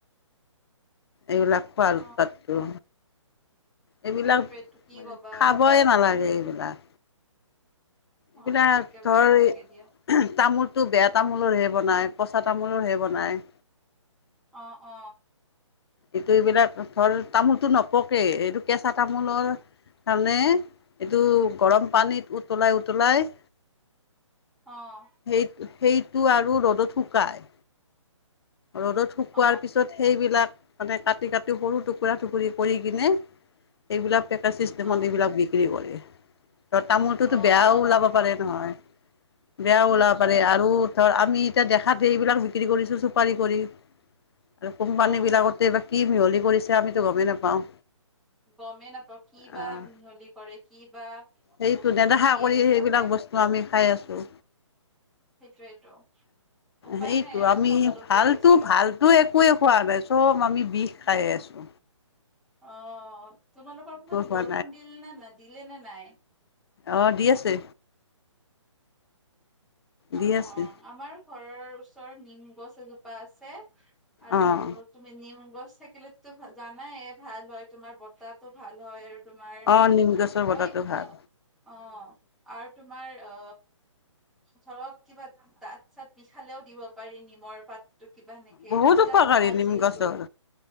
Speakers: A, in the centre; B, on the left.
A: <unintelligible>
B: এইবিলাক খোৱাৰ
A: অ
B: উৎপাতটো এইবিলাক
A: সেইটোৱেটো কি কবা
B: খাবই নালাগে এইবিলাক
A: অ
B: এইবিলাক
A: অ একেবাৰে
B: ধৰ
A: নালাগে দিয়া
B: তামোল তটো বেয়া তামোলৰহে বনাই পচা তামোলৰহে বনাই
A: অ অ
B: এইটো এইবিলাক ধৰ তামোলটো নপকে এইটো কেঁচা তামোলৰ তাৰমানে এইটো গৰম পানীত উতলাই উতলাই
A: অ'।
B: সেই সেইটো আৰু ৰ'দত শুকাই। ৰ'দত শুকোৱাৰ
A: অ
B: পিছত সেইবিলাক মানে কাটি কাটি সৰু টুকুৰা টুকুৰি কৰি কিনে এইবিলাক পেকজ চিষ্টেমত
A: অ
B: এইবিলাক বিক্ৰী কৰে। ত তামোলটোতো
A: অ
B: বেয়াও
A: অ গম
B: ওলাব
A: পাও
B: পাৰে নহয় বেয়াও ওলাব পাৰে আৰু ধৰ আমি এতিয়া দেখাতে এইবিলাক বিক্ৰী কৰিছো চুপাৰি কৰি আৰু কোম্পানী
A: অ
B: বিলাকতে কি মিহলি কৰিছে আমিতো গমেই নাপাওঁ।
A: গমেই নাপাওঁ কি বা
B: আহ
A: মিহলি কৰে কি বা
B: সেইটো
A: বস্তু
B: নেদেখা
A: দিয়ে
B: কৰি
A: সিহঁতে
B: সেইবিলাক বস্তু আমি খাই আছো।
A: সেইটোয়েতো উপায়
B: সেইটো
A: নাই আৰু
B: আমি
A: খাবলগীয়া
B: ভালতো
A: হৈছে
B: ভালতটো একোৱে খোৱা নাই চব আমি বিষ খাই আছো
A: অ তোমালোকৰ ঘৰত
B: খোৱা
A: বৰষুণ দিল নে নাই দিলে নে নাই
B: অ দি আছে
A: অ
B: দি আছে
A: অ আমাৰ ঘৰৰ ওচৰত নিম গছ এজোপা আছে আৰু
B: অঁ
A: তুমি নিম গছ থাকিলেো জানাই ভাল হয় তোমাৰ বতাহো ভাল হয় তোমাৰ
B: অঁ নিম গছৰ
A: কি
B: বতাহটো
A: কয়
B: ভাল
A: অ অ আৰু তোমাৰ অ ধৰক কিবা দাঁত চাত বিখালেও দিব পাৰি নিমৰ পাত কিবা এেনেকে
B: বহুত
A: তিতো
B: উপকাৰী
A: ভাল
B: নিম
A: যিহেতু
B: গছৰ